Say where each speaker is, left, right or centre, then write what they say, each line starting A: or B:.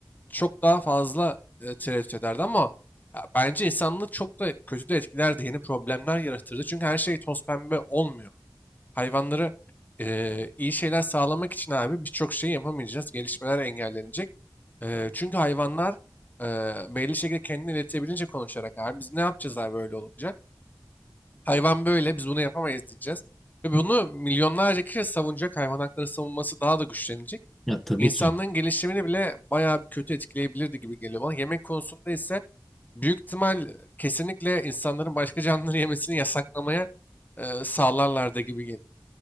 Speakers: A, on the left; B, in the centre.
A: çok daha fazla e, tereddüt ederdi ama ya, bence insanlığı çok da kötü de etkilerdi. Yeni problemler yaratırdı. Çünkü her şey toz pembe olmuyor. Hayvanlara e, iyi şeyler sağlamak için abi birçok şeyi yapamayacağız. Gelişmeler engellenecek. E, çünkü hayvanlar e, belli şekilde kendini iletebilince konuşarak abi biz ne yapacağız abi böyle olunca? Hayvan böyle biz bunu yapamayız diyeceğiz. Ve bunu milyonlarca kişi savunacak. Hayvan hakları savunması daha da güçlenecek
B: Ya tabii
A: insanlığın
B: ki.
A: gelişimini bile bayağı bir kötü etkileyebilirdi gibi geliyor bana. Yemek konusunda ise büyük ihtimal e, kesinlikle insanların başka canlıları yemesini yasaklamaya e, sağlarlardı gibi geliyor.